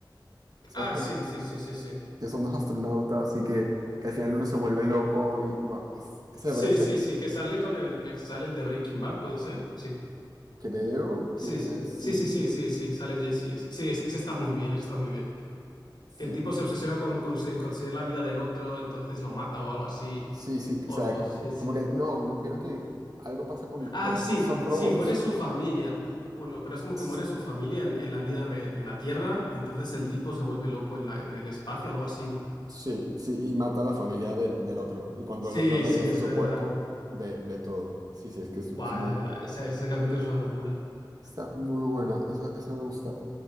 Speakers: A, on the right; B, on the left.
A: ¿Sabes
B: Ah,
A: cuál?
B: sí, sí, sí, sí, sí.
A: Que son dos astronautas y que, que al final uno se vuelve loco y, bueno, ese
B: Sí,
A: me parece
B: sí, sí, que sale con el, eh, sale el de Breaking Bad, ¿puede ser? Sí.
A: Creo
B: Sí,
A: que
B: sí,
A: sí,
B: sí, sí, sí, sí, sí, sale Jesse. ese- Sí, ese, ese está muy bien, ese está muy bien.
A: sí,
B: Que el tipo se obsesiona con conseguir, conseguir la vida del otro, entonces lo mata o algo así.
A: sí, sí,
B: O
A: o sea,
B: lo, sí, sí.
A: como que no, como que creo que algo pasa con,
B: Ah,
A: porque
B: sí,
A: son robots.
B: sí, muere su familia. Bueno, pero es como
A: S-
B: que muere su familia en, en la vida real, en la Tierra, entonces el tipo se vuelve loco en la, en el espacio, algo así, ¿no?
A: Sí, sí, y mata a la familia del, del otro. Y cuando
B: Sí,
A: el otro regresa
B: sí, es
A: a su
B: verdad.
A: cuerpo, ve, ve todo. Sí, sí, es que es, es
B: Buah,
A: muy,
B: es verdad, ese, ese capítulo es una locura.
A: está muy buena, eso, eso me gusta.